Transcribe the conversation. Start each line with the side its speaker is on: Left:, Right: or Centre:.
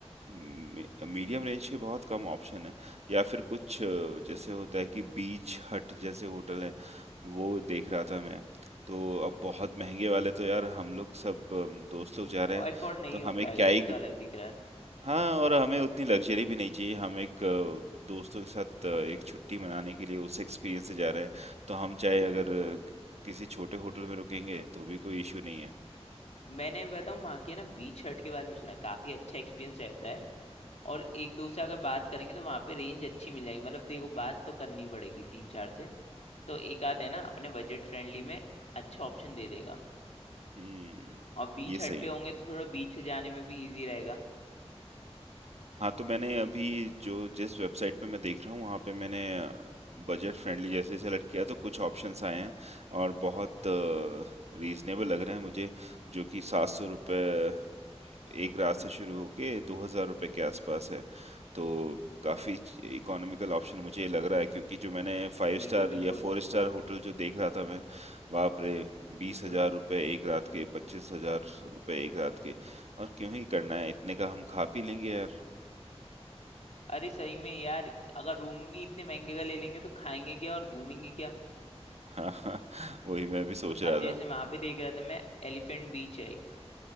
Right: मीडियम रेंज के बहुत कम ऑप्शन है या फिर कुछ अ, जैसे होता है कि बीच हट जैसे होटल है वो देख रहा था मैं तो अब बहुत महंगे वाले तो यार हम लोग सब अम, दोस्त लोग जा रहे हैं
Left: एफोर्ड नहीं
Right: तो
Left: हो
Right: हमें
Left: पाएगा
Right: क्या ही
Left: वो तो अलग दिख रहा है
Right: हाँ, और हमें उतनी लग्ज़री भी नहीं चाहिए। हम एक अ, दोस्तों के साथ अ, एक छुट्टी मनाने के लिए उस एक्सपीरियंस से जा रहे हैं, तो हम चाहे
Left: बिल्कुल
Right: अगर
Left: बिल्कुल
Right: अ, किसी छोटे होटल में रुकेंगे, तो भी कोई इश्यू नहीं है।
Left: मैंने बताऊँ वहाँ के ना बीच हट के बारे में सुना है काफी अच्छा एक्सपीरियंस रहता है और एक दो से अगर बात करेंगे तो वहाँ पे रेंज अच्छी मिल जाएगी मतलब देखो बात तो करनी पड़ेगी तीन चार से तो एक आध है ना अपने बजट फ्रेंडली में अच्छा ऑप्शन दे देगा
Right: हुँ,
Left: और बीच
Right: ये
Left: हट
Right: सही
Left: पे
Right: है।
Left: होंगे तो थोड़ा बीच से जाने में भी इजी रहेगा
Right: हाँ, तो मैंने अभी जो जिस वेबसाइट पे मैं देख रहा हूँ वहाँ पे मैंने बजट फ्रेंडली जैसे ही सेलेक्ट किया तो कुछ ऑप्शंस आए हैं और बहुत रीजनेबल लग रहे हैं मुझे जो कि सात सौ रुपये एक रात से शुरू होके दो हजार रुपये के आसपास है तो काफ़ी इकोनॉमिकल ऑप्शन मुझे ये लग रहा है क्योंकि जो मैंने फाइव
Left: बिल्कुल
Right: स्टार
Left: बिल्कुल
Right: या फोर स्टार होटल जो देख रहा था मैं बाप रे बीस
Left: बिल्कुल
Right: हजार रुपये एक रात के पच्चीस हजार रुपये एक रात के और क्यों ही करना है इतने का हम खा पी लेंगे यार
Left: अरे सही में यार अगर रूम ही इतने महंगे का ले लेंगे तो खाएंगे क्या और घूमेंगे क्या
Right: हाँ हाँ <laughs> वही मैं भी सोच रहा
Left: अब जैसे
Right: था
Left: वहां पे देख रहा था मैं एलिफेंट बीच है एक